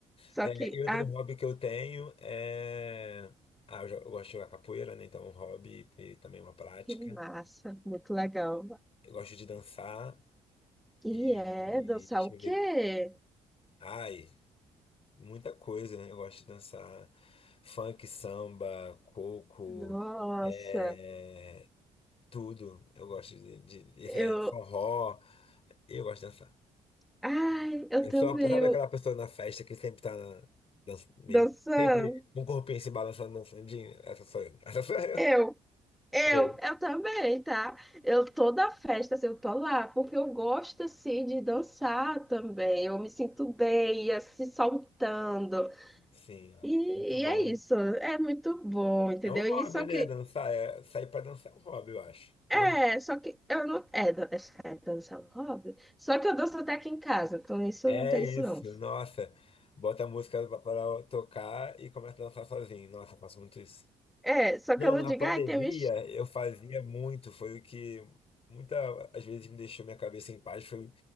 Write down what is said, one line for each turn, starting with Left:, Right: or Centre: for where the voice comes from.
Centre: Só
Left: É,
Centre: que,
Left: e outro
Centre: ah,
Left: hobby que eu tenho é. Ah, eu, já- eu gosto de jogar capoeira, né? Então é um hobby e também uma prática.
Centre: que massa, muito legal.
Left: Eu gosto de dançar
Centre: E
Left: e.
Centre: é dançar
Left: Deixa
Centre: o quê?
Left: eu ver. Ai, muita coisa, né? Eu gosto de dançar funk, samba, coco,
Centre: Nossa,
Left: é, tudo. Eu gosto de, de,
Centre: eu,
Left: de- é, forró. Eu gosto de dançar.
Centre: ai, eu
Left: Eu
Centre: também,
Left: sou, sabe
Centre: eu,
Left: aquela pessoa na festa que sempre tá na, dança- meio.
Centre: dançar
Left: Sempre um corpinho se balançando, dançando. Essa sou eu. Essa sou eu.
Centre: Eu, eu,
Left: Eu,
Centre: eu também, tá? Eu toda festa, assim, eu tô lá, porque eu gosto, assim, de dançar também. Eu me sinto bem, assim, soltando.
Left: sim,
Centre: E,
Left: muito bom.
Centre: e é isso, é muito bom, entendeu?
Left: É um hobby,
Centre: E só
Left: né?
Centre: que,
Left: Dançar. É- sair pra dançar é um hobby, eu acho.
Centre: é,
Left: Não é?
Centre: só que eu não. É, dan- é é dançar um hobby. Só que eu danço até aqui em casa, então isso
Left: É
Centre: não tem
Left: isso,
Centre: isso não.
Left: nossa. Bota a música pra pra tocar e começa a dançar sozinho. Nossa, eu faço muito isso.
Centre: É, só
Left: Não,
Centre: que eu não
Left: na
Centre: digo,
Left: pandemia
Centre: ai, tem um.
Left: eu fazia muito, foi o que muita às vezes me deixou minha cabeça em paz, foi,